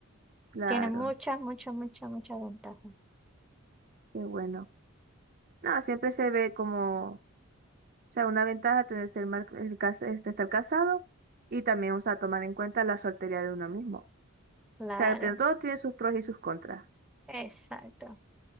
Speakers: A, on the right; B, in the centre.
A: Claro,
B: tiene muchas, muchas, muchas, muchas ventajas.
A: qué bueno. No, siempre se ve como, o sea, una ventaja tener ser mar- el cas- este, estar casado y también, o sea, tomar en cuenta la soltería de uno mismo.
B: Claro,
A: O sea, te- todo tiene sus pros y sus contras.
B: exacto.